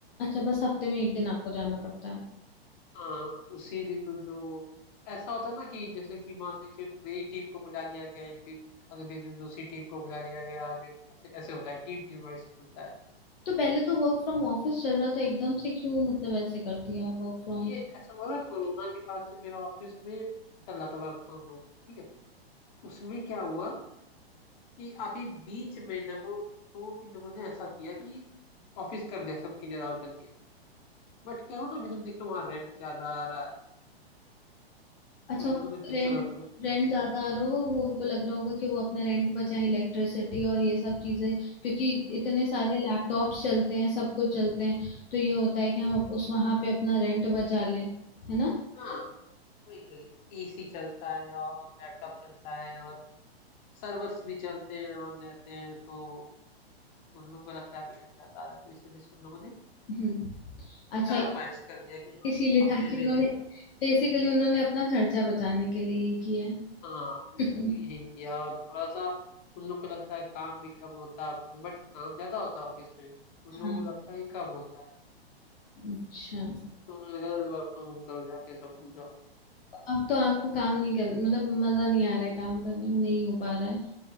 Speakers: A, on the left; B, on the left.
A: अच्छा बस हफ्ते में एक दिन आपको जाना पड़ता है
B: हाँ उसी दिन जो ऐसा होता है ना कि जैसे कि मान लीजिए मेरी टीम को बुला लिया गया एक दिन अगले दिन दूसरी टीम को बुला लिया गया अगले दिन ऐसे ऐसे होता है टीम टीम वाइज चलता है
A: तो पहले तो वर्क फ्रॉम ऑफिस चल रहा था एकदम से क्यों मतलब ऐसे कर दिया वर्क फ्रॉम
B: ये ऐसा हुआ ना कोरोना के बाद से मेरा ऑफिस में चल रहा था वर्क फ्रॉम होम ठीक है उसमें क्या हुआ कि अभी बीच में जब तो इन लोगों ने ऐसा किया कि ऑफिस कर दिया सबके लिए अलाउ कर दिया बट क्या हुआ ना हम लोग देख रहे वहाँ रेंट ज्यादा आ रहा है
A: अच्छा
B: तो इन लोगों ने फिर
A: रेंट
B: से वर्क फ्रॉम कर
A: रेंट
B: दिया
A: ज्यादा आ रहा होगा वो उनको लग रहा होगा कि वो अपना रेंट बचाएं इलेक्ट्रिसिटी और ये सब चीजें क्योंकि इतने सारे लैपटॉप्स चलते हैं सब कुछ चलते हैं तो ये होता है कि हम अब उस वहां पे अपना रेंट बचा लें है ना
B: हाँ वही वही एसी चलता है और लैपटॉप चलता है और सर्वर्स भी चलते हैं ऑन रहते हैं तो उन लोग को लगता है रेंट ज्यादा आ रहा है तो इस वजह से उन लोगों ने
A: हम्म अच्छा
B: टर्माइज कर दिया कि हाँ
A: इसीलिए
B: हफ्ते
A: था कि
B: में
A: उन्होंने
B: दिन
A: बेसिकली उन्होंने अपना खर्चा बचाने के लिए ये किया है
B: हाँ
A: <laughs>
B: इसीलिए यही किया और थोड़ा सा उन लोग को लगता है काम भी कम होता है ऑफिस में बट काम ज्यादा होता है ऑफिस में उन
A: हाँ
B: लोगों को लगता है ये कम होता है
A: अच्छा
B: तो उन लोगों ने कहा वर्क फ्रॉम होम करो जाके सब लोग जाओ
A: अब तो आपको काम नहीं कर मतलब मजा नहीं आ रहा है काम करने में नहीं हो पा रहा है